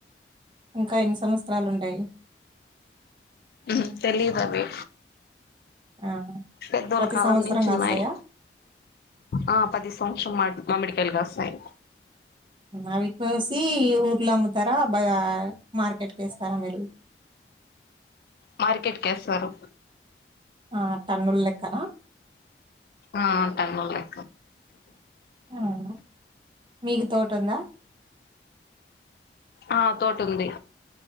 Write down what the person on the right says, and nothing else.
ఇంకా ఎన్ని సంవత్సరాలు ఉంటాయ్
ఆ
ప్రతి
సంవత్సరం
కాస్తాయా?
అవి పోసి ఊర్లో అమ్ముతారా బా మార్కెట్కేస్తారా మీరు
ఆ టన్నులేక్కనా
అవునా మీకు తోటుందా